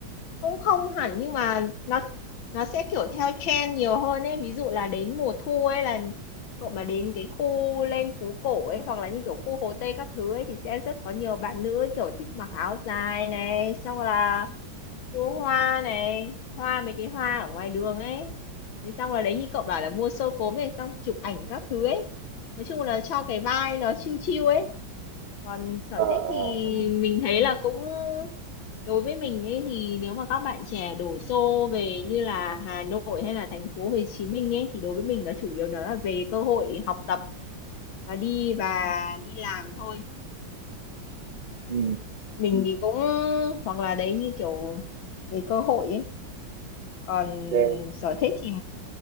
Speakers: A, on the left; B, on the right.
A: cũng không hẳn nhưng mà nó nó sẽ kiểu theo trend nhiều hơn ấy ví dụ là đến mùa thu ấy là cậu mà đến cái khu lên phố cổ ấy hoặc là như kiểu khu Hồ Tây các thứ ấy thì sẽ rất có nhiều bạn nữ ấy kiểu thích mặc áo dài này xong là mua hoa này hoa mấy cái hoa ở ngoài đường ấy thì xong là đấy như cậu bảo là mua xôi cốm này xong chụp ảnh các thứ ấy nói chung là cho cái vai nó chill chill ấy còn sở
B: ờ ờ,
A: thích thì
B: ờ.
A: mình thấy là cũng đối với mình ấy thì nếu mà các bạn trẻ đổ xô về như là Hà Nội hay là thành phố Hồ Chí Minh ấy thì đối với mình nó chủ yếu nó là về cơ hội học tập và đi và đi làm thôi
B: ừ
A: mình thì cũng hoặc là đấy như kiểu về cơ hội ấy còn
B: ok
A: sở thích thì